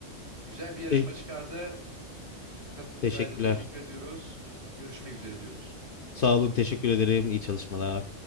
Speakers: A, on the right; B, on the left.
A: Güzel bir yarışma
B: Te-
A: çıkardı. Katılımcıya
B: teşekkürler.
A: da teşekkür ediyoruz. Görüşmek üzere diyoruz.
B: Sağ olun, teşekkür ederim. İyi çalışmalar.